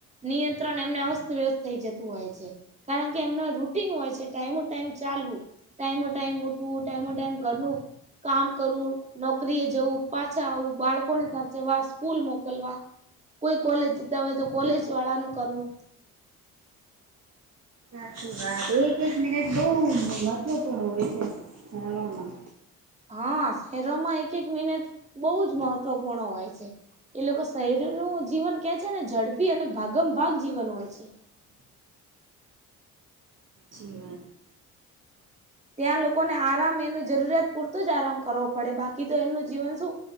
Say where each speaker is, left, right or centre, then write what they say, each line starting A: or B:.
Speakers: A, on the right; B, on the right.
A: નિયંત્રણ એમને અસ્તવ્યસ્ત થઈ જતું હોય છે, કારણ કે એમના રૂટીન હોય છે, ટાઈમો ટાઈમે ચાલવું, ટાઈમ-ટાઈમ ઉઠવું, ટાઈમો ટાઈમ ઘરનું કામ કરવું. નોકરી એ જવું પાછા આવું, બાળકોને સાચવા સ્કૂલ મોકલવા. કોઈ કોલેજ જતા હોય તો, કોલેજ વાળા નું કરવું.
B: સાચી વાત, એક એક મિનિટ બહુ મહત્વપૂર્ણ હોય છે, જાણવામાં
A: હા, શહેરોમાં એક એક મિનત બહુ જ મહત્વપૂર્ણ હોય છે, એ લોકો શરીરનું જીવન કે છે ને, ઝડપી અને ભાગમ ભાગ જીવન હોય છે.
B: શવા
A: ત્યાં લોકોને આરામ એનું જરૂરિયાત પૂરતો જ આરામ કરવો પડે, બાકી તો એનું જીવન શું?